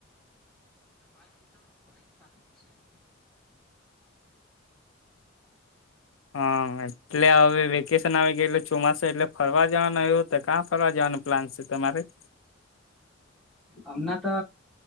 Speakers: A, in the centre; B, on the left (about 80°).
A: <inaudible> લે ચાલુ છે?
B: હા એટલે હવે વે વેકેશન આવી ગયલુ એટલે ચોમાસો એટલે ફરવા જવાનું એવુ તો ક્યાં ફરવા જવાનું પ્લાન છે તમારે?
A: અમના તો